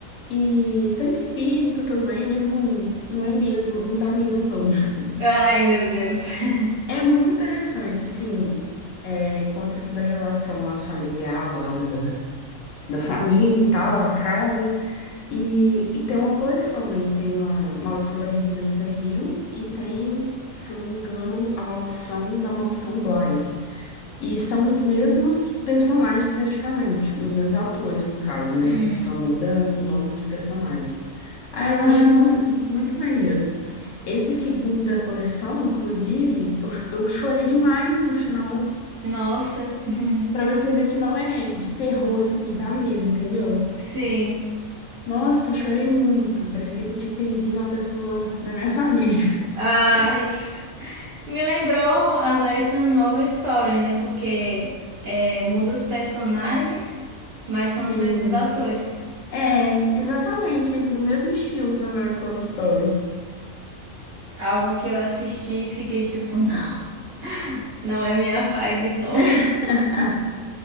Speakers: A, on the left; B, on the right.
A: E tem espírito também, mas não, não é medo, não dá medo, não. <laughs>
B: Ai, meu Deus. <laughs>
A: É muito interessante, assim, é, conta sobre a relação lá familiar, lá da, da família e tal, a casa. E, e tem uma coleção, né? Tem a Maldição da Residência Rio e tem, se eu não me engano, a Maldição da Mansão Bly. E são os mesmos personagens praticamente, os mesmos atores no caso, né?
B: Hum.
A: Só muda o nome dos personagens. Ah,
B: Ah,
A: eu acho muito, muito maneiro. Esse segundo da coleção, inclusive, eu, cho- eu chorei demais no final,
B: nossa. <laughs>
A: Pra você ver que não é de terror, assim, de dar medo, entendeu?
B: Sim.
A: Nossa, eu chorei muito. Parecia que eu tinha perdido uma pessoa da minha família.
B: Ai,
A: <laughs>
B: me lembrou American Horror Story, né? Porque é, muda os personagens, mas são os
A: Sim,
B: mesmos atores.
A: é, exatamente, do mesmo estilo da American Horror Stories.
B: Algo que eu assisti e fiquei tipo, <laughs> não, não é minha vibe, não.
A: <laughs>